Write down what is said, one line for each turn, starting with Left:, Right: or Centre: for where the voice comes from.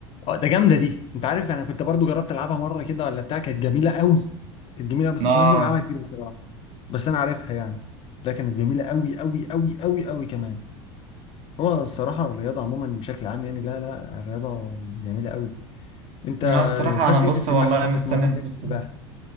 Left: اه ده جامده دي انت عارف انا كنت برضو جربت العبها مره كده ولا بتاع كانت جميله قوي كانت جميله بس
Right: اه
Left: ما كناش بنلعبها كتير بصراحه بس انا عارفها يعني لا كانت جميله قوي قوي قوي قوي قوي كمان هو الصراحه الرياضه عموما بشكل عام يعني لا لا الرياضه جميله قوي انت
Right: انا الصراحة
Left: خدت
Right: انا بص
Left: ايه في السباحه
Right: والله
Left: طب
Right: مستني
Left: اتمرنت
Right: البتاع.
Left: ايه في السباحه